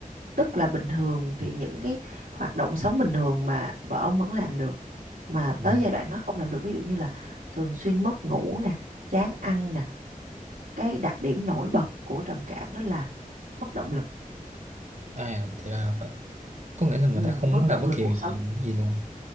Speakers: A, on the right; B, on the right.
A: tức là bình thường thì những cái hoạt động sống bình thường mà vợ ông vẫn làm được mà
B: ừ.
A: tới giai đoạn nó không làm được ví dụ như là thường xuyên mất ngủ nè chán ăn nè cái đặc điểm nổi bật của trầm cảm đó là mất động lực
B: à thì là phải- có nghĩa là người
A: ừ,
B: ta không
A: mất
B: muốn làm
A: động
B: bất
A: lực
B: kỳ
A: cuộc
B: gì,
A: sống
B: cái gì luôn